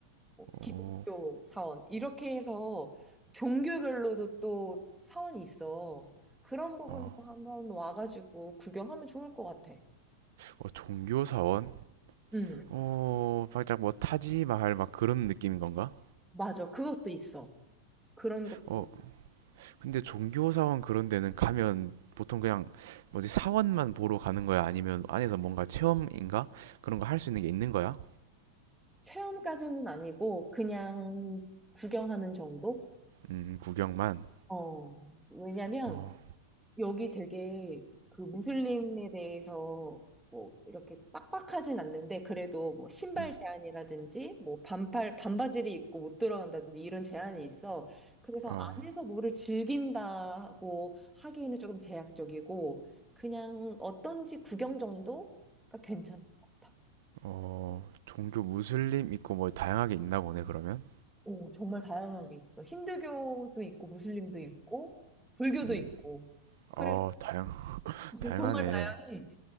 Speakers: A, in the centre; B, on the right.
A: 뭐
B: 어,
A: 기독교 사원 이렇게 해서 종교별로도 또 사원이 있어. 그런 부분도
B: 아.
A: 한번 와가지고 구경하면 좋을 것 같아.
B: 어, 종교사원?
A: 음
B: 어, 살짝 뭐 타지마할 막 그런 느낌인 건가?
A: 맞아. 그것도 있어. 그런 것도
B: 어,
A: 있-
B: 근데 종교사원 그런 데는 가면 보통 그냥 뭐지 사원만 보러 가는 거야? 아니면 안에서 뭔가 체험인가? 그런 거 할 수 있는 게 있는 거야?
A: 체험까지는 아니고 그냥 구경하는 정도?
B: 음, 구경만.
A: 어, 왜냐면
B: 어,
A: 여기 되게 그 무슬림에 대해서 뭐 이렇게 빡빡하진 않는데 그래도 뭐 신발
B: 음,
A: 제한이라든지 뭐 반팔 반바지를 입고 못 들어간다든지 이런 제한이 있어. 그래서
B: 어,
A: 안에서 뭐를 즐긴다고 하기에는 조금 제약적이고 그냥 어떤지 구경 정도가 괜찮은 것 같아.
B: 어, 종교 무슬림 있고 뭐 다양하게 있나 보네, 그러면?
A: 오, 정말 다양한 게 있어. 힌두교도 있고 무슬림도 있고 불교도
B: 음,
A: 있고. 그래,
B: 어, 다양,
A: <laughs>
B: 다양하네.
A: 정말 다양해.